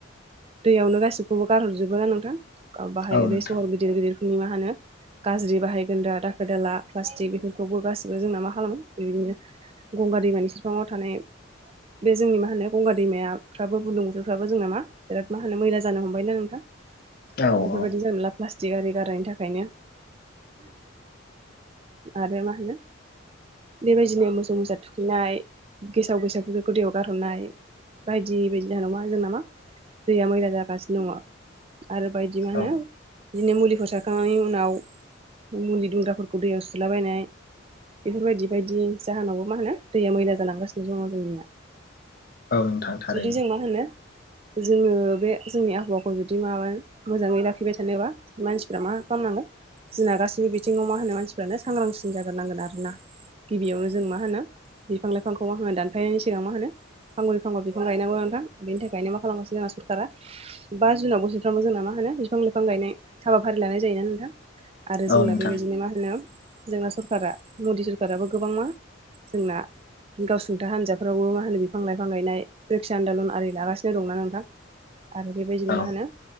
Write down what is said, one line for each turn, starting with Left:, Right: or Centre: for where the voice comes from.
Right: दैयावनो गासिखौबो गारहरजोबोना नोंथां बाहाय
Left: औ
Right: बे
Left: नोंथां
Right: सहर गिदिर गिदिर नि मा होनो गाज्रि बाहायगोनदा दाखोर दाला प्लास्टिक बेफोरखौबो गासिबो जोंना मा खालामो बेबायदिनो गंगा दैमानि सेरफाङाव थानाय बे जोंनि मा होनो गंगा दैमायाफ्राबो बुरलुंबुथुरफ्राबो जों नामा बिराद मा होनो मैला जानो हमबायना नोंथां। बेफोरबायदि
Left: औ औ
Right: जानला मोनला प्लास्टिक आरि गारनायनि थाखायनो। आरो मा होनो बेबायदिनो मोसौ मोसा थुखैनाय गेसाव गेसावफोरखौ दैयाव गारहरनाय बायदि बायदि जानाय नङा जों नामा दैया मैला जागासिनो दङ। आरो बायदि मा होनो
Left: औ
Right: बिदिनो मुलिखौ सारखांनायनि उनाव मुलि दुंग्राफोरखौ दैयाव सुलाबायनाय बेफोरबायदि बायदि जाहोनावबो मा होनो दैया मैला जालांगासिनो दङ जोंनिया।
Left: औ नोंथांथारैनो।
Right: जुदि जों मा होनो जोङो बे जोंनि आबहावाखौ जुदि माबा मोजाङै लाखिबाय थानोबा मानसिफ्रा मा खालामनांगोन जोंना गासैबो बिथिङाव मा होनो मानसिफ्रानो सांग्रांसिन जाग्रोनांगोन आरोना गिबियावनो जों मा होनो बिफां लाइफांखौ आङो दानफायनायनि सिगां मा होनो फांब्रै फांबा बिफां गायनांगौ नोंथां बेनि थाखायनो मा खालामगासिनो जोंहा सरकारा बा जुनाव बोसोरफ्रोमबो जोंना मा होनो नो बिफां लाइफां गायनाय हाबाफारि लानाय जायोना नोंथां। आरो
Left: औ
Right: जोंना
Left: नोंथां
Right: बेबायदिनो मा होनो जोंना सरकारा मदि सरखाराबो गोबां मा जोंना गावसुंथा हान्जाफ्रावबो मा होनो बिफां लाइफां गायनाय रैक्षसा आनन्दलन आरि लागासिनो दंना नोंथां आरो बेबायदिनो
Left: औ
Right: मा होनो